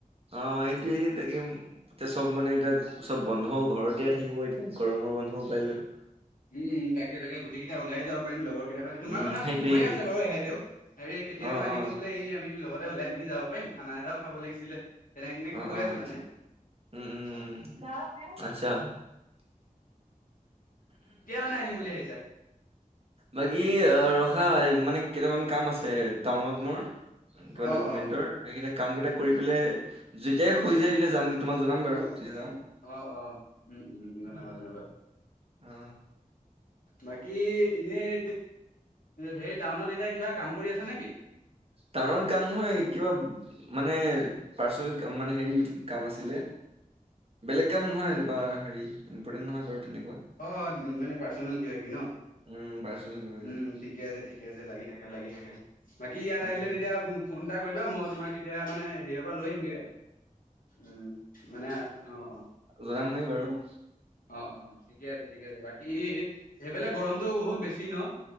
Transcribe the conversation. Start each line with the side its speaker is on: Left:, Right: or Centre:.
Right: অঁ', এইটোৱে সেই তাকে। এতিয়া চব মানে এতিয়া চব বন্ধও ঘৰতে থাকিব এতিয়া গৰমৰ বন্ধও পাইলেহি।
Left: উমঁ-উমঁ, তাকে-তাকে, গোটেইটা ওলাই যাব পাৰিম। লগৰকেইটাক তোমাৰ
Right: উম
Left: কথা
Right: সেইটোৱে
Left: কৈয়ে
Right: সেইটোৱে
Left: আছে বাৰু এহেঁতেও। হেৰি কেতিয়া
Right: অ
Left: নো আহিব
Right: অ
Left: বোলে, সি আমি লগতে ওলাই মেলি যাব পাৰিম খানা এটাও খাব লাগিছিলে। তেনেকে এনেকে
Right: অ
Left: কৈ
Right: অ
Left: আছে
Right: আচ্ছা।
Left: মানে,
Right: উম উম উম।
Left: উম-উম।
Right: আচ্ছা'।
Left: কোনে আহিম বুলি ভাৱিছে?
Right: বাকী' ৰখা মানে কেইটামান কাম আছে টাউনত মোৰ।
Left: অ',
Right: কিবা ডকমেন্টৰ,
Left: অ',
Right: সেইকেইটা- কাম কেইটা কৰি পেলাই যেতিয়াই হৈ যায় তেতিয়া যাম তোমাক জনাম বাৰু কেতিয়া যাওঁ।
Left: অ', -অ', উম-উম, জনাবা-জনাবা।
Right: উম, অ
Left: বাকী' এনেই সেই টাউনত এতিয়া কিবা কাম কৰি আছা নেকি?
Right: টাউনত কাম নহয়, কিবা - মানে পাৰ্চনেল মানে হেৰি কাম আছিলে। বেলেগ কাম নহয় এনেকুৱা হেৰি ইম্পৰ্টেণ্ট নহয় বাৰু তেনেকুৱা।
Left: অ', মানে পাৰ্চনেল কিবা-কিবি ন'।
Right: উমঁ, পাৰ্চনেল। কিবা কিবি
Left: উমঁ, ঠিকে আছে, ঠিকে আছে, লাগি থাকা, লাগি থাকা। বাকী' ইয়াত
Right: উম
Left: আহিলে
Right: উম
Left: তেতিয়া- ফোন এটা কৰিবা মই তোমাক কেতিয়া মানে হেৰি- লৈ আহিম গৈ। উম' মানে অঁ', -
Right: জনাম দেই বাৰু।
Left: অ', -অ', ঠিকে আছে, ঠিকে আছে। বাকী' সেইফালে গৰমটো বহুত বেছি ন'?